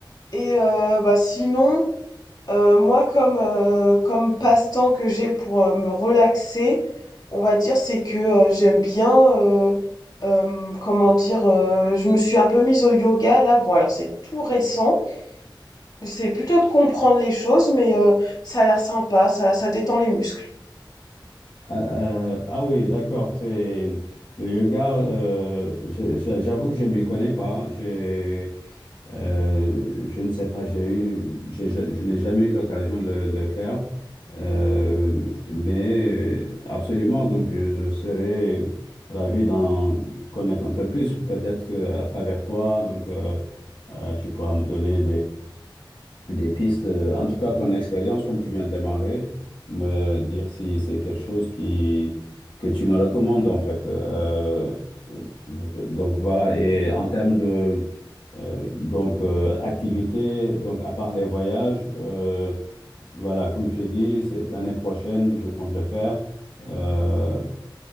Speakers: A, on the left (about 50°); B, on the left (about 70°).
A: Et euh, bah sinon, euh, moi comme euh, comme passe-temps que j'ai pour euh, me relaxer, on va dire c'est que euh, j'aime bien euh, euh, comment dire, euh, je me suis un peu mise au yoga là. Bon alors c'est tout récent. J'essaie plutôt de comprendre les choses, mais euh, ça a l'air sympa, ça, ça détend les muscles.
B: Ah, euh, ah oui, d'accord. C'est le yoga. euh, je- je- j'avoue que je m'y connais pas. hein. J'ai, euh, je ne sais pas. J'ai eu, j'ai- je, je n'ai jamais eu l'occasion de le de faire. Euh, mais euh, absolument. Donc, je, je serais ravi d'en connaître un peu plus, peut-être que à travers toi. Donc, euh, euh, tu pourras me donner des pistes. euh, En tout cas, ton expérience, comme tu viens de démarrer, me dire si c'est quelque chose qui, que tu me recommandes, en fait. Euh, donc, voilà. Et en termes de euh, donc, euh, activité, donc, à part les voyages, euh, voilà, comme j'ai dit, c'est l'année prochaine, je compte le faire. Euh,